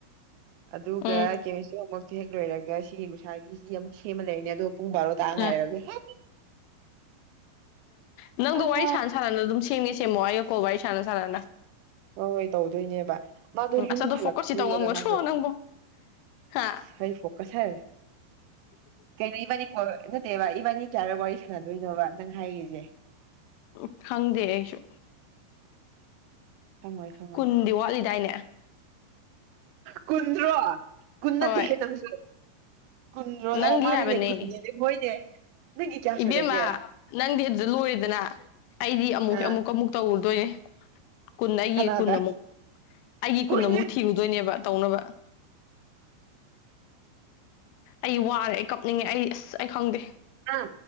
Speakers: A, on the right (about 85°); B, on the left (about 85°).
A: ꯑꯗꯨꯒ
B: ꯎꯝ
A: ꯀꯦꯃꯤꯁꯇ꯭ꯔꯤ ꯍꯣꯝꯋꯔꯛ ꯇꯨ ꯍꯦꯛ ꯂꯣꯏꯔꯒ ꯁꯤ ꯃꯨꯁꯥꯒꯤ ꯁꯤ ꯑꯃꯨꯛ ꯁꯦꯝꯃ ꯂꯩꯔꯅꯦ ꯑꯗꯣ ꯄꯨꯡ ꯕꯥꯔꯣ ꯇꯥ ꯉꯥꯏꯔꯒ
B: ꯎꯝ
A: ꯍꯦ
B: ꯎ ꯅꯪꯗꯣ
A: ꯍꯣꯏ
B: ꯋꯥꯔꯤ ꯁꯥꯟꯅ ꯁꯥꯟꯅꯅ ꯑꯗꯨꯝ ꯁꯦꯝꯒꯦ ꯁꯦꯝꯃꯣ ꯑꯩꯒ ꯀꯣꯜ ꯋꯥꯔꯤ ꯁꯥꯅ ꯁꯥꯟꯅꯅ
A: ꯍꯣꯏ ꯍꯣꯏ ꯇꯧꯗꯣꯏꯅꯦꯕ ꯃꯥꯗꯣ
B: ꯎꯝ
A: ꯌꯨꯝ
B: ꯑꯁ ꯑꯗꯣ
A: ꯍꯜꯂꯛꯇꯦ
B: ꯐꯣꯀꯁꯁꯤ ꯇꯧ ꯉꯝꯒꯗ꯭ꯔꯣ
A: ꯍꯥꯏꯕ ꯃꯥꯁꯨ
B: ꯅꯪꯕꯣ ꯍꯥ
A: ꯍꯩ ꯐꯣ ꯀꯁꯔ ꯀꯩꯅꯣ ꯏꯕꯥꯅꯤꯀꯣꯜ ꯅꯠꯇꯦꯕ ꯏꯕꯥꯅꯤ ꯀꯌꯥ ꯍꯥꯏꯔꯒ ꯋꯥꯔꯤ ꯁꯥꯟꯅꯗꯣꯏꯅꯣꯕ ꯅꯪ ꯍꯥꯏꯔꯤꯁꯦ
B: ꯎ ꯈꯪꯗꯦ ꯑꯩꯁꯨ
A: ꯈꯪꯉꯣꯏ ꯈꯪꯉꯣꯏ
B: ꯀꯨꯟꯗꯤ ꯋꯥꯠꯂꯤꯗꯥꯏꯅꯦ
A: ꯀꯨꯟꯊꯔꯣ ꯀꯨꯟ ꯅꯠꯇꯦꯍꯦ
B: ꯍꯣꯏ
A: ꯅꯪꯁꯨ ꯀꯨꯟꯔꯣ
B: ꯅꯪꯒꯤ
A: ꯃꯥꯅꯤꯅꯦ
B: ꯍꯥꯏꯕꯅꯦ
A: ꯀꯨꯟꯅꯤꯅꯦ ꯍꯣꯏꯅꯦ ꯅꯪꯒꯤ ꯀꯌꯥ
B: ꯏꯕꯦꯝꯃ
A: ꯁꯨꯔꯒꯦ
B: ꯅꯪꯗꯤ ꯑꯗꯨꯗ ꯂꯣꯏꯔꯦꯗꯅ ꯑꯩꯗꯤ ꯑꯃꯨꯛ
A: ꯑ
B: ꯑꯃꯨꯛ ꯑꯃꯨꯛ ꯇꯧꯔꯨꯗꯣꯏꯅꯦ ꯀꯨꯟ ꯑꯩꯒꯤ
A: ꯀꯅꯥꯗ
B: ꯀꯨꯟ ꯑꯃꯨꯛ ꯑꯩꯒꯤ
A: ꯍꯣꯏꯅꯦ
B: ꯀꯨꯟ ꯑꯃꯨꯛ ꯊꯤꯔꯨ ꯗꯣꯏꯅꯦꯕ ꯇꯧꯅꯕ ꯑꯩ ꯋꯥꯔꯦ ꯑꯩ ꯀꯞꯅꯤꯡꯉꯦ ꯑꯩ ꯑꯁ ꯑꯩ ꯈꯪꯗꯦ
A: ꯅꯪ